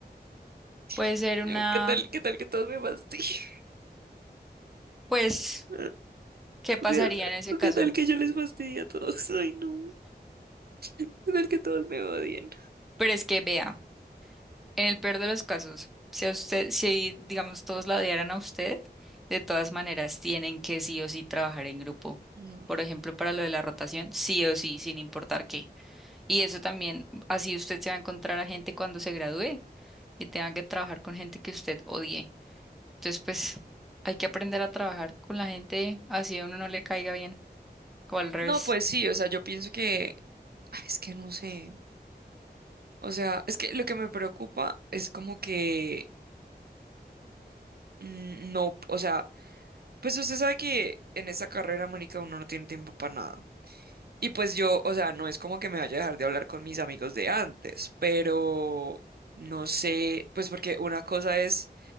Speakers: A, in the centre; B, on the right.
A: Puede
B: <laughs>
A: ser una,
B: ¿Qué tal, qué tal que todos me fastidien?
A: pues,
B: <laughs>
A: ¿qué pasaría
B: ¿O qué,
A: en ese
B: o
A: caso?
B: qué tal que yo les fastidie a todos? Ay, no. ¿Qué tal que todos me odien?
A: Pero es que vea, en el peor de los casos, si a usted, si digamos todos la odiaran a usted, de todas maneras tienen que sí o sí trabajar en grupo.
B: No,
A: Por ejemplo, para lo de la rotación, sí o sí, sin importar qué. Y eso también, así usted se va a encontrar a gente cuando se gradúe y tenga que trabajar con gente que usted odie. Entonces, pues, hay que aprender a trabajar con la gente así a uno no le caiga bien o al revés.
B: No, pues sí, o sea, yo pienso que... Ay, es que no sé. O sea, es que lo que me preocupa es como que... mm, No, o sea, pues usted sabe que en esa carrera, marica, uno no tiene tiempo para nada. Y pues yo, o sea, no es como que me vaya a dejar de hablar con mis amigos de antes, pero no sé, pues porque una cosa es